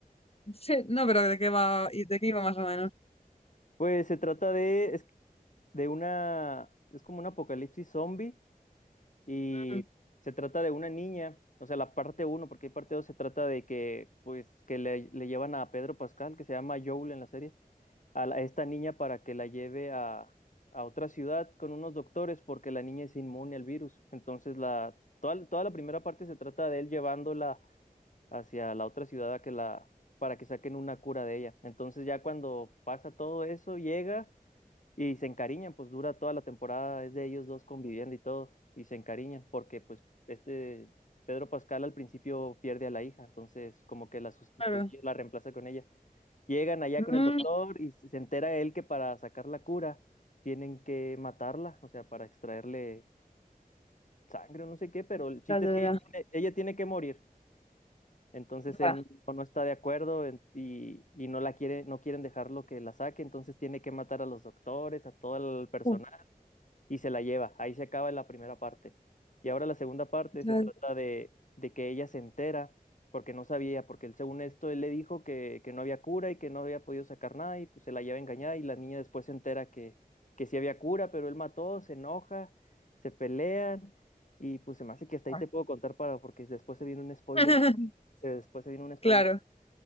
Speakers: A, on the left; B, on the left.
A: Sí, no, pero ¿de qué va? y ¿De qué iba más o menos?
B: Pues se trata de, es- de una, es como un apocalipsis zombie y
A: Mm,
B: se trata de una niña, o sea, la parte uno, porque hay parte dos, se trata de que, pues, que le, le llevan a Pedro Pascal, que se llama Joel en la serie, a, la- a esta niña para que la lleve a, a otra ciudad con unos doctores, porque la niña es inmune al virus. Entonces, la, toda, toda la primera parte se trata de él llevándola hacia la otra ciudad a que la, para que saquen una cura de ella. Entonces, ya cuando pasa todo eso, llega. Y se encariñan, pues dura toda la temporada, es de ellos dos conviviendo y todo, y se encariñan, porque pues este Pedro Pascal al principio pierde a la hija, entonces como que la sustituye,
A: claro.
B: la reemplaza con ella. Llegan allá
A: Mm,
B: con el doctor y se entera él que para sacar la cura tienen que matarla, o sea, para extraerle sangre o no sé qué, pero el chiste
A: ya, ya,
B: es que ella
A: ya.
B: tiene, ella tiene que morir. Entonces
A: Ya.
B: él no, no está de acuerdo en- y, y no la quiere, no quieren dejarlo que la saque, entonces tiene que matar a los doctores, a todo el personal
A: Uh,
B: y se la lleva. Ahí se acaba la primera parte. Y ahora la segunda parte
A: ya,
B: se trata de, de que ella se entera, porque no sabía, porque él, según esto, él le dijo que, que no había cura y que no había podido sacar nada, y pues se la lleva engañada, y la niña después se entera que, que sí había cura, pero él mató, se enoja, se pelean, y pues se me hace que hasta ahí
A: ya.
B: te puedo contar para, porque después se viene un spoiler,
A: <laughs>
B: se, después se viene un spoiler.
A: Claro.